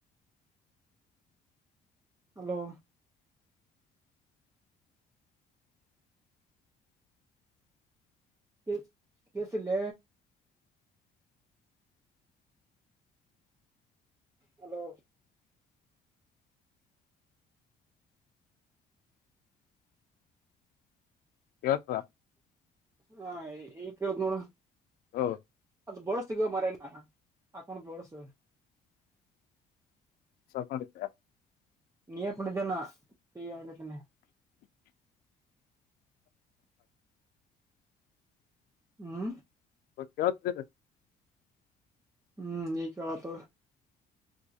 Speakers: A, on the right (about 20°); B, on the left (about 60°).
A: ಹಲೋ ಕೆ ಕಸಿಲ್ಲ ಹಲೋ
B: ಕೇಳ್ತದ
A: ಹ ಹಾ ಈ ಕೇಳತ ನೋಡ
B: ಹಾ
A: ಅದು ಬಳಸಿಗೋ ಮರೇನಾ ಹಾಕೊಂಡದ ಬಳಸ
B: ಸಪಡತ
A: ನೀಿಯ ಕುೊಂಡ ಜನ ತತನೆ ಹ್ಮ
B: ಕೇಳ್ತಿದೀನಿ
A: ಹ್ಮ್ ಈಕತ